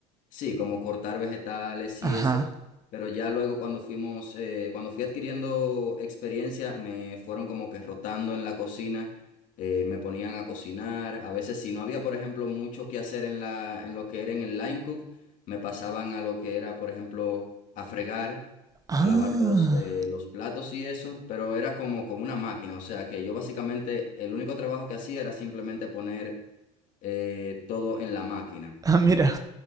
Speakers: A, on the left; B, on the right.
A: sí, como cortar vegetales
B: Ajá.
A: y eso, pero ya luego cuando fuimos, eh, cuando fui adquiriendo experiencia, me fueron como que rotando en la cocina. eh, me ponían a cocinar, a veces si no había, por ejemplo, mucho que hacer en la, en lo que era en el line cook, me pasaban a lo que era, por ejemplo, a fregar
B: Ah.
A: a lavar los, eh, los platos y eso, pero era como con una máquina, o sea que yo básicamente el único trabajo que hacía era simplemente poner eh, todo en la máquina,
B: Ah, mira.